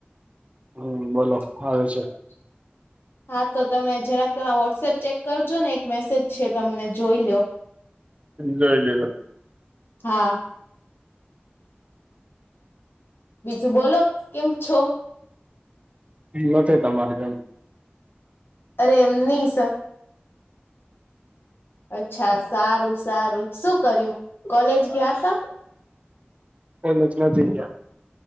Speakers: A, on the right (about 35°); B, on the left (about 70°).
A: હમ બોલો
B: <inaudible>
A: આવે છે
B: હા તો તમે જરાક તમે વોટ્સએપ ચેક કરજો ને એક મેસેજ છે તમને જોઈ લો.
A: જોઈ લીધો
B: હા. બીજું બોલો કેમ છો?
A: નથી તમારે જેમ.
B: અરે એમ નહી સર. અચ્છા સારું સારું શું કર્યું, કોલેજ ગયા ત.
A: એચ નથી જયા.